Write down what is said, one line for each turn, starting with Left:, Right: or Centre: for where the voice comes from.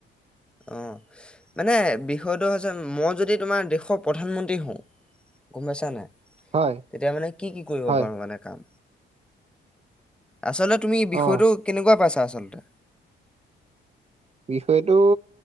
Centre: অঁ মানে বিষয়টো হৈছে মই যদি তোমাৰ দেশৰ প্ৰধানমন্ত্ৰী হওঁ গম পাইছা নাই
Right: হয়
Centre: তেতিয়া মানে কি কি কৰিব
Right: হয়
Centre: পাৰো মানে কাম? আচলতে তুমি বিষয়টো
Right: অ
Centre: কেনেকুৱা পাইছা? চ আচলতে
Right: বিষয়টো